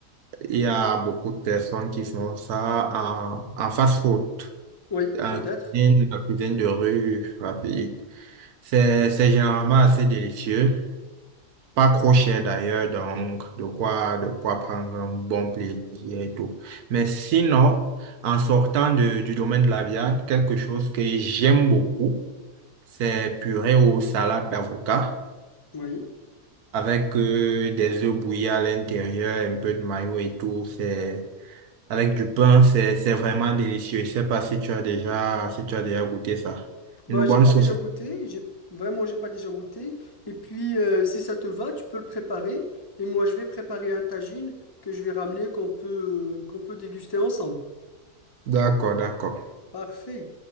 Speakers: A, on the right; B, on the left.
A: Il y a beaucoup de personnes qui font ça en, en fast-food,
B: Oui,
A: en
B: peut-être.
A: cuisine, la cuisine de rue rapide. C'est, c'est généralement assez délicieux, pas trop cher d'ailleurs, donc de quoi, de quoi prendre un bon plaisir et tout. Mais sinon, en sortant de- du domaine de la viande, quelque chose que j'aime beaucoup, c'est purée aux salades d'avocat
B: Oui.
A: avec euh, des œufs bouillis à l'intérieur, un peu de mayo et tout. C'est Avec du pain, c'est, c'est vraiment délicieux. Je sais pas si tu as déjà, si tu as déjà goûté ça.
B: Bah,
A: Une
B: j'ai
A: bonne
B: pas
A: sauce.
B: déjà goûté. J'ai vraiment, j'ai pas déjà goûté. Et puis, euh, si ça te va, tu peux le préparer. Et moi, je vais préparer un tagine que je vais ramener qu'on peut qu'on peut déguster ensemble.
A: D'accord, d'accord.
B: Parfait.